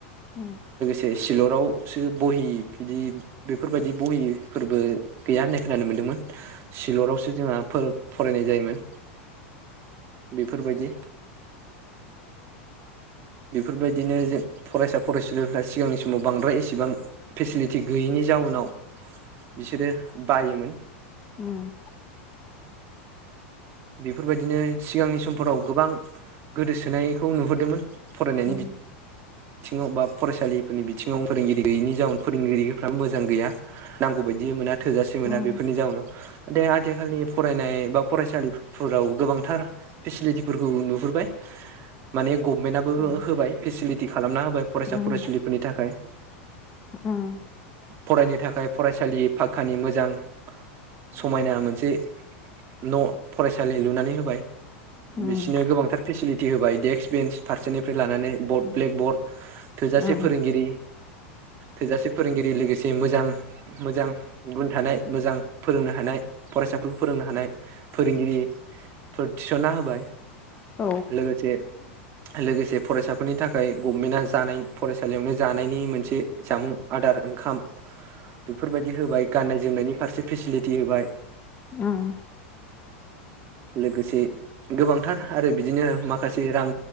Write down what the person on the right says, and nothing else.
ए सिलरावसो बहि बिदि बेफोरबायदि बहि फोरबो गैया होननाय खोनानो मोन्दोंमोन। सिलरावसो जोंङा फोरो फरायनाय जायोमोन बेफोरबायदि बेफोरबायदिनो जों फरायसा फरायसुलिफ्रा सिगांनि समाव बांद्राय एसेबां फेसिलिटि गैयैनि जाउनाव बिसोरो बायोमोन
बेफोरबायदिनो सिगांनि समफोराव गोबां गोदोसोनायखौ नुबोदोंमोन फरायनायनि
बिद थिङाव बा फरायसालिफोरनि बिथिङाव फोरोंगिरि गैयिनि जाउनाव फोरोंगिरिफ्राबो मोजां गैया नांगौ बायदि मोना थोजासे मोना
बेफोरनि जाउनाव दे आथिखालनि फरायनाय बा फरायसालिफोराव गोबांथार फेसिलिटिफोरखौ नुहुरबाय माने गभमेन्टआबो
होबाय फेसिलि थि खालामना होबाय फरायसा
फरायसुलिफोरनि थाखाय
फरायनो थाखाय फरायसालि फाखकानि मोजां समायना मोनसे न' फरायसालि लुनानै होबाय
बिसोरनो गोबांथार फेसिलिटि होबाय डेक्स बेन्स फारसेनिफ्राय लानानै बर्ड ब्लेकबर्ड थोजासे
फोरोंगिरि थोजासे फोरोंगिरि लोगोसे मोजां मोजां गुन थानाय मोजां फोरोंनो हानाय फरायसाफोरखौ फोरोंनो हानाय फोरोंगिरिफोर थिसनना होबाय।
लोगोसे लोगोसे फरायसाफोरनि थाख खाय गभमेन्टआ जानाय फरायसालियावनो जानायनि मोनसे जामुं आदार ओंखाम बेफोरबायदि होबाय गाननाय जोमनायनि फारसे फेसिलिटि होबाय
लोगोसे गोबांथार आरो बिदिनो माखासे रां